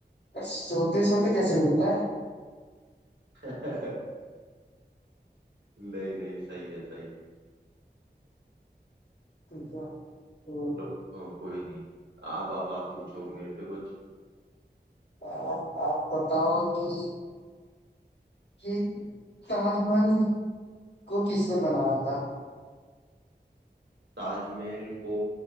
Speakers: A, on the left; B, on the right.
A: सोते सोते कैसे होता है
B: <laughs> नहीं नहीं सही है सही
A: ठीक है तो
B: लो को- कोई नहीं अब अब आप पूछो मेरे से कुछ
A: आप, आप बताओ कि, कि ताजमहल को किसने बनवाया था
B: ताजमहल को